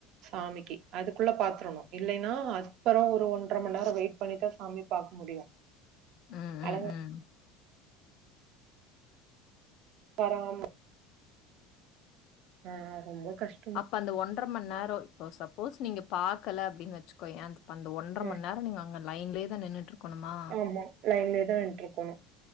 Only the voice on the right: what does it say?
சாமிக்கி அதுக்குள்ளே பாத்ரனு இல்லைனா அதுப்பெறவு ஒரு ஒன்ற மண் நேரோ வெயிட் பண்ணி தா சாமி பாக்க முடியு
அலங்
காரோம் ஆ ரொம்ப கஷ்
ம்.
ஆமா லைன்லேதா நின்னுட்டுருக்கணு